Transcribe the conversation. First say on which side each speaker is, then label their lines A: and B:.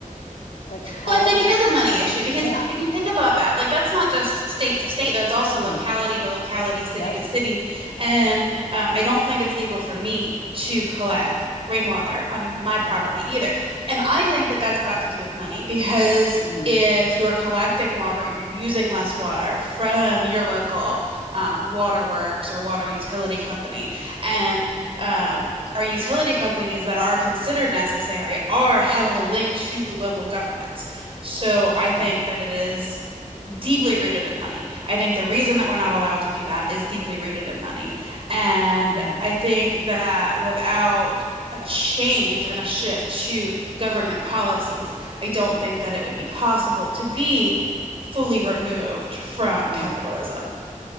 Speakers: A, on the left; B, on the right.
A: like how
B: Well, I think
A: do
B: it is a money issue because
A: Yeah.
B: if you think about that, like that's not just state to state, that's also
A: Mm.
B: locality to locality, city
A: Yep.
B: to city. And um, I don't think it's legal for me to collect rainwater on
A: Oh,
B: my property
A: wow.
B: either. And I think that that's got to do with money because
A: Mm.
B: if you're collecting water, you're using less water from your local um, waterworks or water utility company. And um, our utility companies that are considered necessary are heavily linked to local governments. So
A: Oh,
B: I
A: correct.
B: think that it is deeply rooted in money. I think the reason that we're not allowed to do that is deeply rooted in money. And
A: Mm.
B: I think that without a change and a shift to government policies, I don't think that it would be possible to be fully removed from
A: Mm.
B: capitalism.